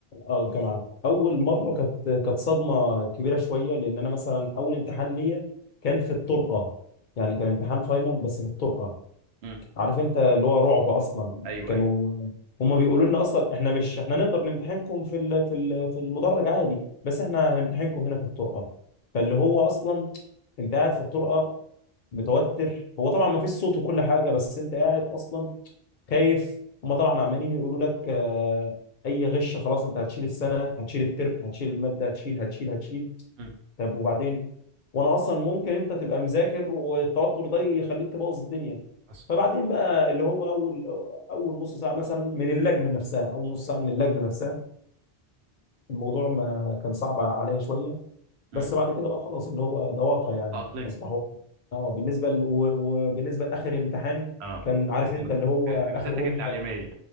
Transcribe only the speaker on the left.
اه الجامعه اول مره كانت كانت صدمه كبيره شويه لان انا مثلا اول امتحان ليا كان في الطرقه يعني كان امتحان فاينل بس في الطرقه
عارف انت اللي هو رعب اصلا
كانوا
هم بيقولوا لنا اصلا احنا مش احنا نقدر نمتحنكم في ال- في ال- في المدرج عادي بس احنا هنمتحنكم هنا في الطرقه فاللي هو اصلا انت قاعد في الطرقه متوتر هو طبعا ما فيش صوت وكل حاجه بس انت قاعد اصلا خايف هم طبعا عمالين يقولوا لك آه، اي غش خلاص انت هتشيل السنه هتشيل الترم هتشيل الماده هتشيل هتشيل هتشيل
طب وبعدين وانا اصلا ممكن انت تبقى مذاكر والتوتر ده يخليك تبوظ الدنيا
فبعدين بقى اللي هو اول اول نص ساعه مثلا من اللجنه نفسها اول نص ساعه من اللجنه نفسها الموضوع ما كان صعب عليا شويه
بس بعد كده بقى خلاص اللي هو ده واقع يعني
اصبح واقع اه بالنسبه ل... و- وبالنسبه لاخر امتحان
كان عارف
انت اللي هو
اخر
رمح